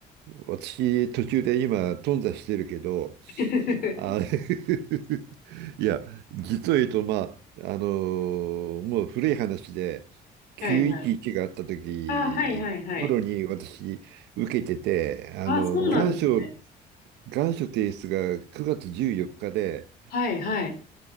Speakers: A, on the right; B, on the left.
A: 私、途中で今、頓挫してるけど、
B: <laughs>
A: あれ <laughs> いや、実を言うと、まあ、あのーもう古い話で、911があった時頃に私、
B: はいはい。あ、はいはいはい。
A: 受けてて、
B: <laughs>
A: あの、
B: あ、そうなんですね。
A: 願書、願書提出が9月14日で、
B: はいはい。